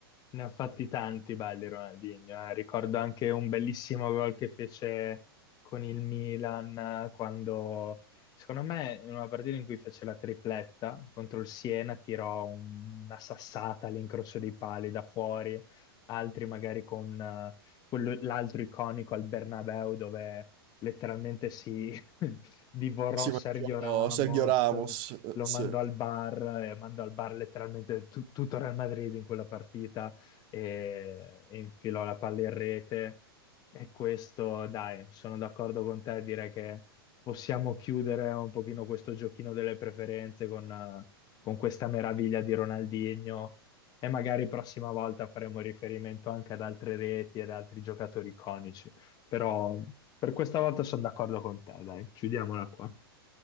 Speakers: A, on the left; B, on the right.
A: Ne ha fatti tanti belli Ronaldinho, eh. Ricordo anche un bellissimo gol che fece con il Milan eh, quando, secondo me, in una partita in cui fece la tripletta contro il Siena, tirò un- una sassata all'incrocio dei pali da fuori, altri magari con eh, quello- l'altro iconico al Bernabeu dove letteralmente si <laughs> divorò
B: Sì,
A: Sergio
B: ma anch'io
A: Ramos,
B: Sergio Ramos, eh,
A: lo
B: sì.
A: mandò al bar e mandò al bar letteralmente tu- tutto Real Madrid in quella partita e, e infilò la palla in rete. E questo, dai, sono d'accordo con te a dire che possiamo chiudere un pochino questo giochino delle preferenze con, eh, con questa meraviglia di Ronaldinho e magari prossima volta faremo riferimento anche ad altre reti ed altri giocatori iconici. Però per questa volta sono d'accordo con te, dai, chiudiamola qua.